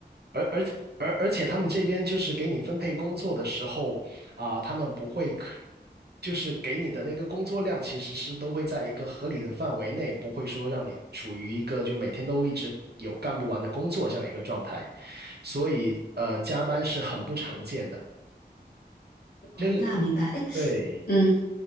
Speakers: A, on the right; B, on the left.
A: 而而而而且他们这边就是给你分配工作的时候，啊、他们不会可，就是给你的那个工作量其实是都会在一个合理的范围内，不会说让你处于一个就每天都一直有干不完的工作这样一个状态，所以呃，加班是很不常见的。
B: 啊，
A: 这个。
B: 那明白。哎，
A: 对，
B: 嗯，